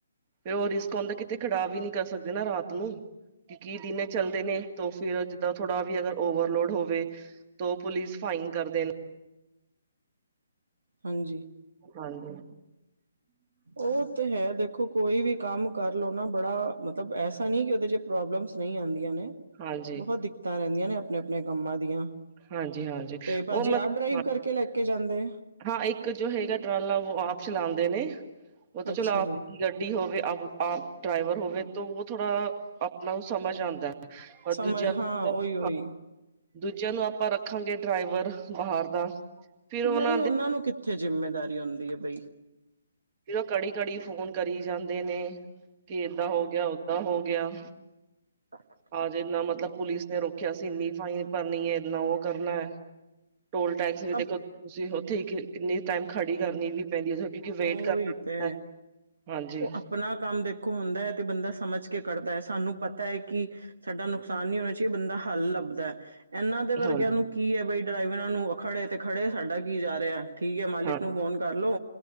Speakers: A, on the right; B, on the right.
A: ਫੇ ਉਹ ਰਿਸਕ ਹੌਦਾ, ਕਿਤੇ ਖੜਾਹ ਵੀ ਨੀ ਕਰ ਸਕਦੇ ਨਾ ਰਾਤ ਨੂੰ। ਕੀ ਕੀ ਦਿਨੇ ਚੱਲਦੇ ਨੇ, ਤੋ ਫੇਰ ਜਿੱਦਾਂ ਥੋੜਾ, ਵੀ ਅਗਰ ਓਵਰਲੋਡ ਹੋਵੇ। ਤੋਂ ਪੁਲਿਸ, ਫਾਈਨ ਕਰਦੇ
B: ਹਾਂਜੀ।
A: ਹਾਂਜੀ।
B: ਉਹ ਤੇ ਹੈ, ਦੇਖੋ ਕੋਈ ਵੀ ਕੰਮ ਕਰ ਲੋ ਨਾ ਬੜਾ, ਮਤਲਬ ਐਸਾ ਨੀ ਕਿ ਉਹਦੇ ਚ ਪ੍ਰੋਬਲਮਸ ਨੀ ਆਉਂਦੀਆਂ ਨੇ,
A: ਹਾਂਜੀ,
B: ਬਹੁਤ ਦਿੱਕਤਾਂ ਰਹਿੰਦੀਆਂ ਨੇ, ਆਪਣੇ ਆਪਣੇ ਕੰਮਾਂ ਦੀਆਂ।
A: ਹਾਂਜੀ, ਹਾਂਜੀ
B: ਤੇ, ਭਾਜੀ
A: ਉਹ ਮਤ
B: ਆਪ ਡਰਾਈਵ ਕਰਕੇ ਲੈ ਕੇ ਜਾਂਦੇ।
A: ਹਾਂ, ਇੱਕ ਜੋ ਹੈਗਾ ਟਰਾਲਾ ਉਹੋ ਆਪ ਚਲਾਂਦੇ ਨੇ, ਉਹ ਤਾਂ
B: ਅੱਛਾ
A: ਚਲੋ
B: ਜੀ
A: ਆਪ ਗੱਡੀ ਹੋਵੇ ਆਪ ਡਰਾਈਵਰ ਹੋਵੇ, ਤਾਂ ਉਹ ਥੋੜਾ ਆਪਣਾ ਸਮਝ ਆਂਦਾ ਪਰ ਦੂਜਿਆਂ
B: ਸਮਝ
A: ਨੂੰ
B: ਹਾਂ ਉਹੀ
A: <unintelligible>
B: ਉਹੀ
A: ਦੂਜਿਆਂ ਨੂੰ ਆਪਾਂ ਰੱਖਾਂਗੇ ਡਰਾਈਵਰ, ਬਾਹਰ ਦਾ। ਫਿਰ
B: ਨਹੀਂ,
A: ਦੇ
B: ਉਹਨਾਂ ਨੂੰ ਕਿੱਥੇ ਜਿੰਮੇਦਾਰੀ ਆਉਂਦੀ ਐ ਬਈ।
A: ਫਿਰ ਉਹ ਕੜੀ-ਕੜੀ ਫੋਨ ਕਰੀ ਜਾਂਦੇ ਨੇ। ਕੀ ਏਦਾਂ ਹੋ ਗਿਆ, ਓਦਾਂ ਹੋ ਗਿਆ।
B: <inaudible>
A: ਹਜੇ ਇੰਨਾ ਮਤਲਬ ਪੁਲਿਸ ਨੇ ਰੋਕਿਆ ਸੀ ਇੰਨੀ ਫਾਈਨ ਭਰਨੀ ਹੈ ਇੰਨਾ ਉਹ ਕਰਨਾ ਹੈ। ਟੋਲ ਟੈਕਸ ਵੀ ਦੇਖੋ
B: ਅ
A: ਤੁਸੀਂ ਉੱਥੇ ਹੀ ਕਿੰਨੀ ਟਾਈਮ ਖੜੀ ਕਰਨੀ ਵੀ ਪੈਂਦੀ ਕਿਉਂਕਿ ਵੇਟ
B: ਉਹੀ
A: ਕਰਨਾ ਪੈਂਦਾ
B: ਤੇ
A: ਹਾਂਜੀ
B: ਉਹ ਆਪਣਾ ਕੰਮ ਦੇਖੋ, ਹੁੰਦਾ ਹੈ ਤੇ ਬੰਦਾ ਸਮਝ ਕੇ ਕਰਦਾ ਹੈ, ਸਾਨੂੰ ਪਤਾ ਹੈ ਕਿ ਸਾਡਾ ਨੁਕਸ ਆਸਾਨ ਨਈ ਹੋਣਾ ਚਾਹੀਦਾ ਬੰਦਾ ਹੱਲ ਲੱਭਦਾ, ਇਹਨਾਂ ਦੇ ਵਰਗਿਆਂ
A: ਹਾਂ
B: ਨੂੰ, ਕੀ ਹੈ ਬਈ ਡਰਾਈਵਰਾਂ ਨੂੰ, ਖੜੇ ਤੇ ਖੜੇ ਸਾਡਾ ਕੀ ਜਾ ਰਿਹਾ ਠੀਕ ਹੈ, ਮਾਲਿਕ
A: ਹਾਂ
B: ਨੂੰ ਫੋਨ ਕਰਲੋ